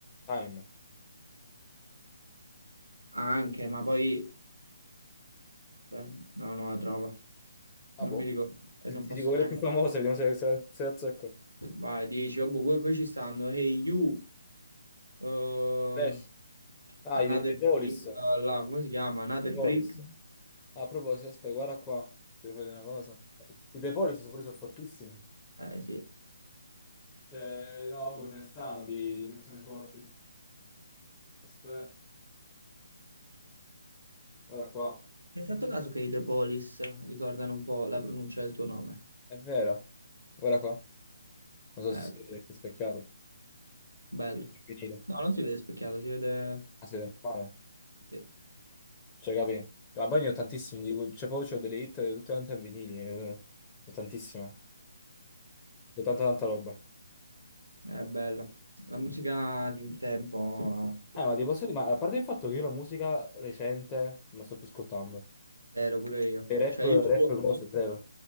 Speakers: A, on the left; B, on the right.
A: Time.
B: anche, ma poi... Beh, no, non la trovo.
A: Ah,
B: Non
A: boh.
B: mi ricordo. E
A: Ti,
B: non
A: ti
B: posso
A: dico quelle
B: neanche...
A: più famose, vediamo se, se la, se la azzecco.
B: Vai, dici, oh, boh, que- qui ci stanno. Hey you. eh,
A: Flash. Ah,
B: Another
A: i The The Police.
B: Brick, eh, là, come si chiama? Another
A: The Police.
B: Brick?
A: Ah, a proposito, aspetta, guarda qua. Ti devo dire una cosa. I The Police sono pure sono fortissimi.
B: Eh sì.
A: Cioè, no, poi ce ne stanno di di persone forti. Aspetta, guarda qua.
B: Hai fatto caso che i The Police ricordano un po' la pronuncia del tuo nome?
A: È vero. Guarda qua. Non so
B: Eh,
A: se si
B: f-
A: vede perché è specchiato.
B: bello.
A: È vinile.
B: No, non si vede specchiato, si vede...
A: Ah, si vede male.
B: Sì,
A: Cioè, capi? Ma poi ne ho tantissimi. di cui- Cioè, poi c'ho delle hit tutte quante a vinili. eh. Ho tantissime. Ho tanta tanta roba.
B: è bella. La musica di un tempo
A: Eh, ma ti posso dire, ma a parte il fatto che io la musica recente non la sto più ascoltando.
B: eh, ero pure io.
A: E rap,
B: Cioè io,
A: rap
B: so-
A: cose, zero.